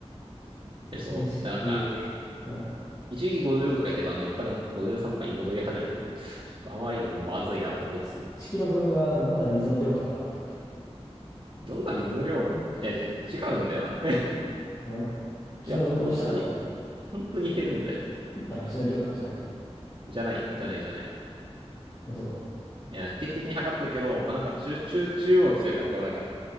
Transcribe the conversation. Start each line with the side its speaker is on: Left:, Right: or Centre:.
Right: で、そう。
Left: 飯食え。
Right: なんか、
Left: うん。
Right: 一時期54とか言ってたのに、またなんか53とかに戻り始めて、<laughs> ちょっとあまりにもまずいなと思いつつ、
Left: 1キロ分は飲んだ水の量とかだろ。
Right: 飲んだ水の量が、
Left: うん。
Right: いや、ち、違うんだよな。<laughs>
Left: うん昨日運動したかとかじゃない。
Right: いや、本当に、本当に減るんだよ。
Left: 食った飯の量とかじゃなくて。
Right: じゃない、じゃない、じゃない。
Left: そう。
Right: いや、定期的に測ってるけど、あ、なんか中、中、中央値というか、こうなんか、